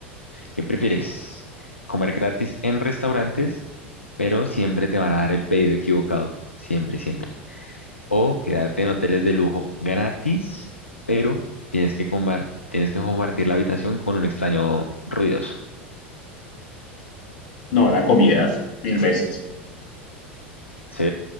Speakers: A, on the left; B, on the left.
A: ¿qué prefieres? ¿Comer gratis en restaurantes, pero siempre te van a dar el pedido equivocado? Siempre, siempre. o quedarte en hoteles de lujo gratis, pero tienes que combar- tienes que compartir la habitación con un extraño ruidoso.
B: No, la comida, mil veces.
A: Sí,